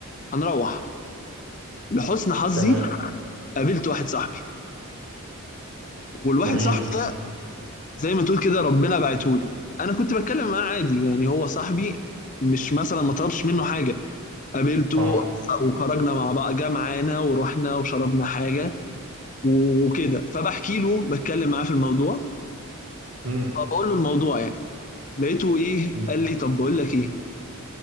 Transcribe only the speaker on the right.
تمام
جميل
اه
امم
أمم.